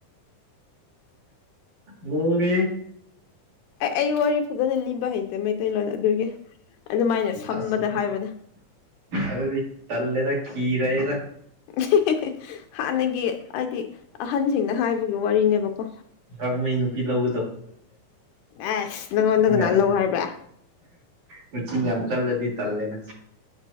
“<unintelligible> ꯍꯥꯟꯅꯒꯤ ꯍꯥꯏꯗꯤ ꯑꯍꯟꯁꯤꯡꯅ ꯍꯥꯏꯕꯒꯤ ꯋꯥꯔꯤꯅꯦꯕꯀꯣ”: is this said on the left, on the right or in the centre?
Left